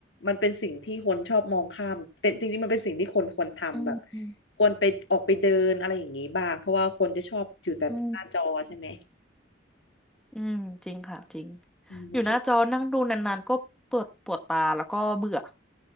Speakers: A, on the left (about 80°); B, in the centre.
A: มันเป็นสิ่งที่คนชอบมองข้ามเป็นจริงๆมันเป็นสิ่งที่คนควรทำแบบ
B: อืมอื
A: ควรไปออกไปเดินอะไรอย่างนี้บ้างเพราะว่าคนจะชอบอยู่แต่หน้าจอใช่ไหม
B: มอืมจริงค่ะจริง
A: อืมมันชอบ
B: อยู่หน้าจอนั่งดูนานๆก็ปวดปวดตาแล้วก็เบื่อ